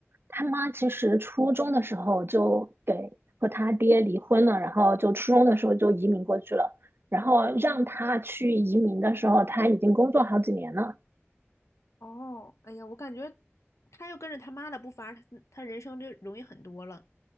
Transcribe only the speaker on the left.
哦
哦，哎呀，我感觉他要跟着他妈的步伐，他他人生就容易很多了。